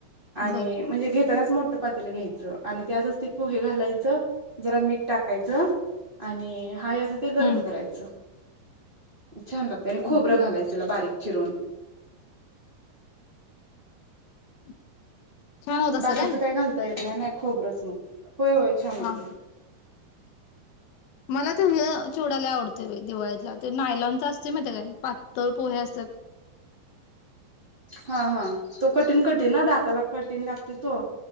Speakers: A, on the right; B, on the left.
A: आणि
B: बर
A: म्हणजे घेतानाच मोठ. चपातीला घ्यायचं आणि त्यातच ते पोहे घालायचं जरा मीठ टाकायचं. आणि हाय असं ते गरम
B: हम्म.
A: करायचं. छान लागते आणि
B: बरोबर
A: खोबरं घालायचला बारीक चिरून.
B: <inaudible> असेल
A: बाकीच
B: हाय ना?
A: काय घालता येत नाही नाही खोबरच मग होय होय छान होतेय.
B: हा. मला ते चिवडा आवडतेय बाई दिवाळीतला ते नायलांच असते म ते काय पातळ पोहे असते. <inaudible>
A: हा हा तो कठीण कठीण दाताला कठीण लागते तो.